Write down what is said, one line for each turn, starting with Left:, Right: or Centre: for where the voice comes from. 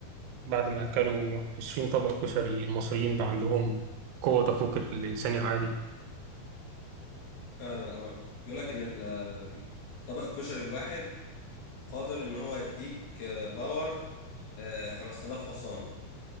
Right: بعد ما أكلوا 20 طبق كشري المصريين بقى عندهم قوة تفوق الإنسان العادي
Left: فعلا اه بيقول لك ان ال- طبق الكشري الواحد قادر ان هو يديك آه، باور آه، 5000 حصان